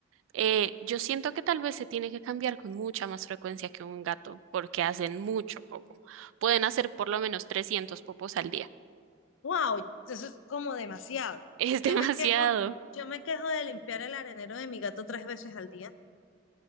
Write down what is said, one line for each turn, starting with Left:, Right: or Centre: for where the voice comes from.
Right: Eh, yo siento que tal vez se tiene que cambiar con mucha más frecuencia que un gato, porque hacen mucho popo. Pueden hacer por lo menos 300 popos al día.
Left: wow, eso es como demasiado.
Right: <laughs> Es
Left: Yo
Right: demasiado.
Left: me quejo, yo me quejo de limpiar el arenero de mi gato tres veces al día, o